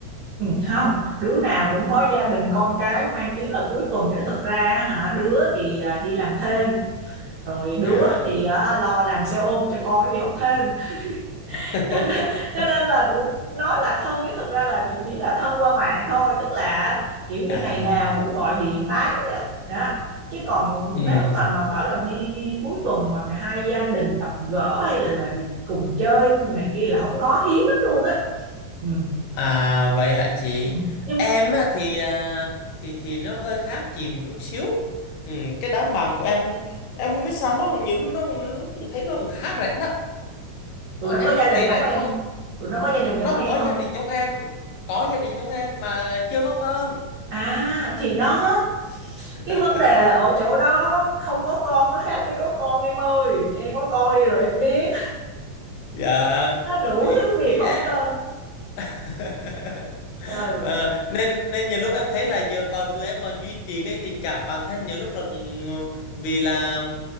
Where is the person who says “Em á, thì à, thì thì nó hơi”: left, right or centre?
Left